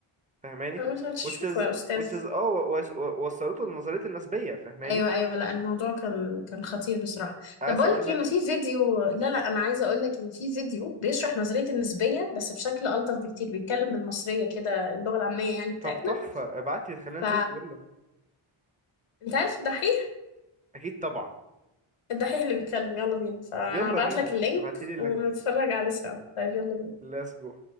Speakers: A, on the right (about 15°); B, on the left (about 85°).
A: فاهماني
B: أنا مش هتشوفه
A: which is
B: يا أستاذ
A: which is اه و- وس- و- وصلته لنظرية النسبية فاهماني
B: أيوة أيوة لا الموضوع كان كان خطير بصراحة
A: عايز
B: طب بقول
A: اقول
B: لك
A: لك
B: إيه، أنا في فيديو لا لا أنا عايزة أقول لك إن في فيديو بيشرح نظرية النسبية بس بشكل ألطف بكتير بيتكلم بالمصرية كده اللغة العامية يعني بتاعتنا
A: طب تحفة ابعتي خلينا نشوف
B: ف
A: يلا
B: أنت عارف الدحيح
A: اكيد طبعا
B: الدحيح اللي بيتكلم يلا بينا فأنا
A: يلا
B: هبعت
A: بينا
B: لك اللينك
A: ابعتي لي اللينك
B: ونتفرج عليه سوا طيب يلا بينا
A: let's go